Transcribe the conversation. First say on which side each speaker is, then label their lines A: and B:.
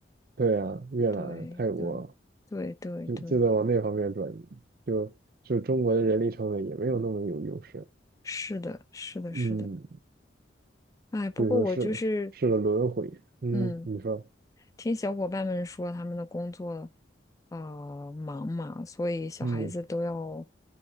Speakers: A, on the right; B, on the left.
A: 对啊，越南、
B: 对对对对对，
A: 泰国。就就在往那方面转移，就就中国的人力成本也没有那么有优势，
B: 是的，是的，是的。
A: 嗯，
B: 哎，不过我就是，
A: 所以说是是个轮回，嗯，
B: 嗯，
A: 你说，
B: 听小伙伴们说，他们的工作啊、呃忙嘛，所以小孩子都要
A: 嗯